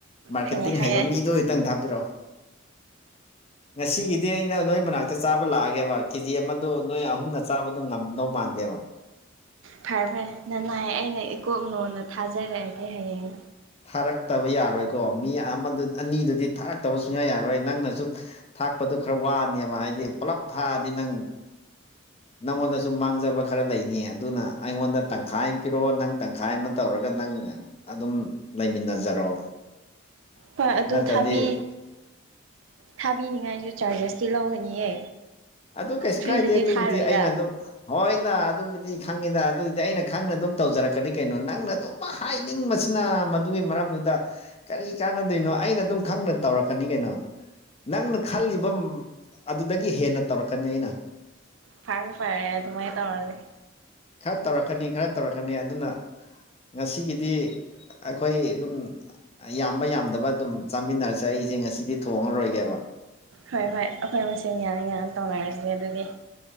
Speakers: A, on the left; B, on the right.
A: ꯃꯥꯔꯀꯦꯠꯇꯤꯡ
B: ꯍꯥꯏꯅ ꯍꯥꯏꯔꯛꯑꯦ
A: ꯍꯩꯕ ꯃꯤꯗꯣ ꯑꯣꯏꯇꯪ ꯊꯥꯕꯤꯔꯛꯑꯣ ꯉꯁꯤꯒꯤꯗꯤ ꯑꯩꯅ ꯅꯣꯏ ꯃꯅꯥꯛꯇ ꯆꯥꯕ ꯂꯥꯛꯑꯒꯦꯕ ꯀꯦꯖꯤ ꯑꯃꯗꯣ ꯅꯣꯏ ꯑꯍꯨꯝꯅ ꯆꯥꯕꯗꯣ ꯉꯝꯗꯧ ꯃꯥꯟꯗꯦꯕ
B: ꯐꯔꯦ ꯐꯔꯦ ꯅꯅꯥꯏ ꯑꯩꯅ ꯏꯀꯣꯛꯅꯣꯟꯅ ꯊꯥꯖꯔꯛꯑꯒꯦ ꯍꯌꯦꯡ
A: ꯊꯥꯔꯛꯇꯕ ꯌꯥꯔꯣꯏꯀꯣ ꯃꯤ ꯑꯃꯗꯨ ꯑꯅꯤꯗꯨꯗꯤ ꯊꯥꯔꯛꯇꯕ ꯁꯨꯡꯌꯥ ꯌꯥꯔꯣꯏ ꯅꯪꯅꯁꯨ ꯊꯥꯛꯄꯗꯨꯣ ꯈꯔ ꯋꯥꯅꯦꯕ ꯍꯥꯏꯗꯤ ꯄꯨꯜꯂꯞ ꯊꯥꯛꯑꯗꯤ ꯅꯪ ꯅꯪꯉꯣꯟꯗꯁꯨ ꯃꯥꯡꯖꯕ ꯈꯔ ꯂꯩꯅꯤ ꯑꯗꯨꯅ ꯑꯩꯉꯣꯟꯗ ꯇꯪꯈꯥꯏ ꯑꯃ ꯄꯤꯔꯛꯑꯣ ꯅꯪ ꯇꯪꯈꯥꯏ ꯑꯃ ꯇꯧꯔꯒ ꯅꯪ ꯑꯗꯨꯝ ꯂꯩꯃꯤꯟꯅꯖꯔꯣ
B: ꯍꯣꯏ ꯑꯗꯣ
A: ꯅꯠꯇ꯭ꯔꯗꯤ
B: ꯊꯥꯕꯤ ꯊꯥꯕꯤꯅꯤꯡꯉꯥꯏꯖꯨ ꯆꯥꯔꯖꯦꯁꯇꯤ ꯂꯧꯒꯅꯤꯌꯦ
A: ꯑꯗꯨ ꯀꯩꯁꯨ
B: ꯐ꯭ꯔꯤꯗꯗꯤ
A: ꯀꯥꯏꯗꯦ ꯑꯗꯨꯕꯨꯗꯤ
B: ꯊꯥꯔꯣꯏꯗ
A: ꯑꯩꯅ ꯑꯗꯨꯝ ꯍꯣꯏꯗ ꯑꯗꯨꯕꯨꯗꯤ ꯈꯪꯉꯤꯗ ꯑꯗꯨꯗꯤ ꯑꯩꯅ ꯈꯪꯅ ꯑꯗꯨꯝ ꯇꯧꯖꯔꯛꯀꯅꯤ ꯀꯩꯅꯣ ꯅꯪꯅ ꯑꯗꯨꯝ ꯍꯥꯏꯅꯤꯡꯕꯁꯤꯅ ꯃꯗꯨꯒꯤ ꯃꯔꯝꯗꯨꯗ ꯀꯔꯤ ꯀꯥꯟꯅꯗꯣꯏꯅꯣ ꯑꯩꯅ ꯑꯗꯨꯝ ꯈꯪꯅ ꯇꯧꯔꯛꯀꯅꯤ ꯀꯩꯅꯣ ꯅꯪꯅ ꯈꯜꯂꯤꯕꯝ ꯑꯗꯨꯗꯒꯤ ꯍꯦꯟꯅ ꯇꯧꯔꯛꯀꯅꯤ ꯑꯩꯅ
B: ꯐꯥꯔꯦ ꯐꯔꯦ ꯑꯗꯨꯃꯥꯏ ꯇꯧꯔꯖꯤ
A: ꯈꯔ ꯇꯧꯔꯛꯀꯅꯤ ꯈꯔ ꯇꯧꯔꯛꯀꯅꯤ ꯑꯗꯨꯅ ꯉꯁꯤꯒꯤꯗꯤ ꯑꯩꯈꯣꯏ ꯑꯗꯨꯝ ꯌꯥꯝꯕ ꯌꯥꯝꯗꯕ ꯑꯗꯨꯝ ꯆꯥꯃꯤꯟꯅꯔꯁꯦ ꯑꯩꯁꯦ ꯉꯁꯤꯗꯤ ꯊꯣꯡꯉꯔꯣꯏꯒꯦꯕ
B: ꯍꯣꯏ ꯍꯣꯏ ꯑꯩꯈꯣꯏ ꯃꯁꯦꯟ ꯌꯥꯅꯤ ꯌꯥꯅ ꯇꯧꯅꯔꯁꯤꯅꯦ ꯑꯗꯨꯗꯤ